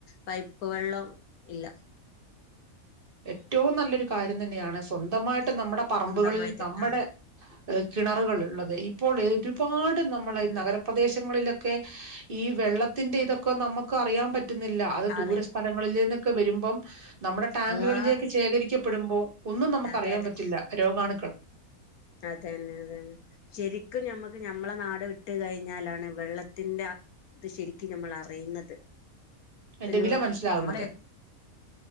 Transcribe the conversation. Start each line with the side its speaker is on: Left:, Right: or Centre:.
Left: പൈപ്പ് വെള്ളം ഇല്ല
Right: ഏറ്റവും നല്ലൊരു കാര്യം തന്നെയാണ് സ്വന്തമായിട്ട് നമ്മുടെ പറമ്പുകളിൽ
Left: സ്വന്തമായിട്ട്
Right: നമ്മുടെ
Left: ആഹ്
Right: കിണറുകൾ ഉള്ളത് ഇപ്പോൾ പാട് നമ്മള ഈ
Left: ആഹ്
Right: നഗരപ്രദേശങ്ങളിലൊക്കെ <inaudible> ഈ വെള്ളത്തിന്റെ ഇതൊക്കെ നമുക്ക് അറിയാൻ പറ്റുന്നില്ല അത്
Left: അറി
Right: ദൂര സ്ഥലങ്ങളിൽ നിന്നൊക്കെ വരുമ്പം നമ്മുടെ <inaudible> ബാങ്കുകളിലേക്ക്
Left: അള്ളാ
Right: ശേഖരിക്കപ്പെടുമ്പോൾ ഒന്നും നമുക്ക്
Left: അതെ
Right: അറിയാൻ
Left: അതെ
Right: പറ്റില്ല രോഗാണു
Left: അതന്നെ അതന്നെ ശരിക്കും ഞമ്മക്ക് നമ്മളെ നാട് വിട്ട് കഴിഞ്ഞാലാണ് വെള്ളത്തിന്റെ ഇത് ശരിക്കും നമ്മൾ അറിയുന്നത്
Right: അതിന്റെ
Left: ഒരു
Right: വില മനസ്സിലാകുന്നത്
Left: നമ്മളെ